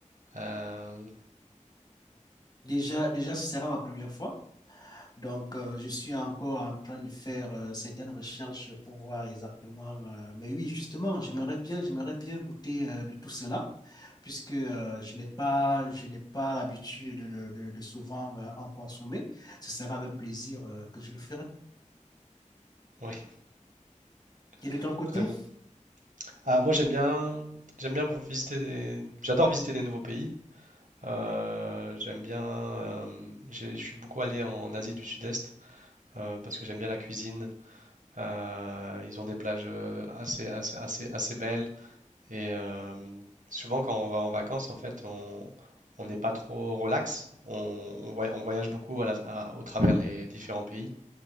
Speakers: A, on the right; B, on the left.
A: Euh,
B: Déjà, déjà, ce sera ma première fois. Donc, euh, je suis encore en train de faire euh, certaines recherches pour voir exactement. euh, mais oui, justement, j'aimerais bien, j'aimerais bien goûter euh, de tout cela. puisque euh, je n'ai pas, je n'ai pas l'habitude de, de- de souvent euh, en consommer. Ce sera avec plaisir euh, que je le ferai.
A: oui,
B: Et de
A: <laughs>
B: ton côté?
A: très bien. Ah, moi j'aime bien, j'aime bien vous visiter des, j'adore visiter des nouveaux pays. Euh, j'aime bien, euh, j'ai- je suis beaucoup allé en Asie du Sud-Est euh, parce que j'aime bien la cuisine. Euh, ils ont des plages euh, assez, assez, assez, assez belles. Et euh, souvent, quand on va en vacances, en fait, on on n'est pas trop relax. On, on voy- on voyage beaucoup à la- à- au travers les différents pays.